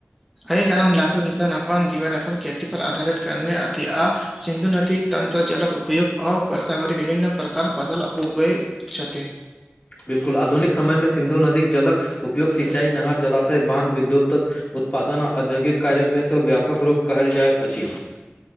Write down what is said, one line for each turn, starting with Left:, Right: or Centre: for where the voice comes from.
Centre: एहि कारण लाखो किसान अपन जीवन अपन खेती पर आधारित करने अथी आ सिन्धु नदी तंरजलक उपयोग आ वरषावरी विभिन्न प्रकार फसल उगै छथि
Left: बिल्कुल आधुनिक समय मे सिन्धु नदीक जलक उपयोग सिंचाई नहर जलाशय बाध विद्युत उत्पादन औद्योगिक कार्यमेसँ व्यापक रूप कहल जाइत अछि